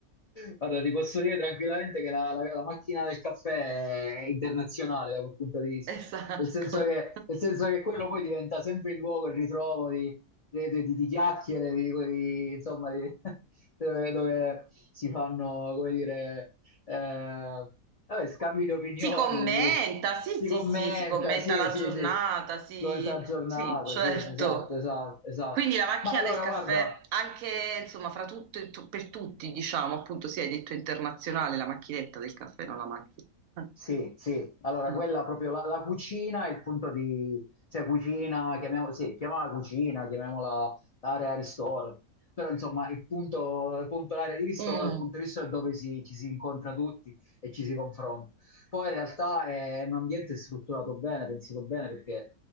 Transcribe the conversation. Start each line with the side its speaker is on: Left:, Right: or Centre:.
Left: Guarda, ti posso dire tranquillamente che la, la- la macchina del caffè è internazionale da quel punto di vista,
Right: Esatto.
Left: nel senso che, nel senso che quello poi diventa sempre il luogo, il ritrovo di, di- di- di chiacchiere, di, di- insomma, di- <laughs> dove, dove si fanno, come dire, eh, vabbè, scambi di opinioni,
Right: Si commenta, sì,
Left: si
Right: sì,
Left: commenta,
Right: sì, si commenta
Left: sì,
Right: la
Left: sì,
Right: giornata,
Left: sì, si
Right: sì,
Left: commenta la giornata,
Right: sì, certo.
Left: sì, esatto, esatto, esatto.
Right: Quindi la macchina
Left: Ma allora,
Right: del caffè,
Left: guarda.
Right: anche insomma, fra tutto e tu- per tutti, diciamo, appunto, sì, hai detto internazionale, la macchinetta del caffè, non la macchina.
Left: Sì,
Right: <laughs>
Left: sì, allora
Right: Eh.
Left: quella proprio la, la cucina è il punto di, cioè cucina, chiamiamola, sì, chiamiamola cucina, chiamiamola area ristoro, però insomma il punto, il punto, l'area di ristoro,
Right: Mm,
Left: il punto di ristoro è dove si- ci si incontra tutti e ci si confronta. Poi in realtà è un ambiente strutturato bene, pensato bene perché,